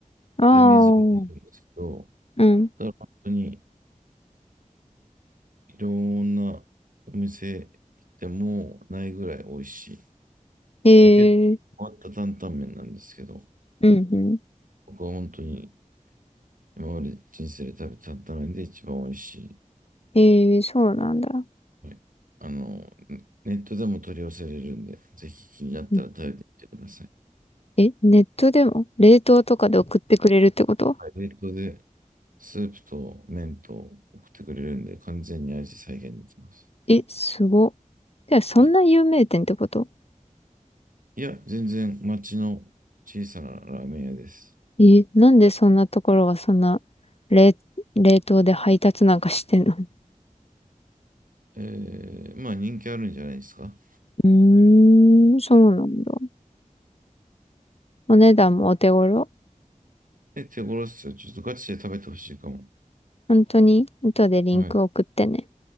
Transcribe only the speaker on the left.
ああ、
うん。
へ
え、うん、うん。
へえ、そうなんだ。
うんえ、ネットでも冷凍とかで送ってくれるってこと
え、すご。じゃあ、そんな有名店ってこと
え、なんでそんなところがそんな冷、冷凍で配達なんかしてんの <laughs>
うーん、そうなんだ。お値段もお手頃
本当に後でリンク送ってね。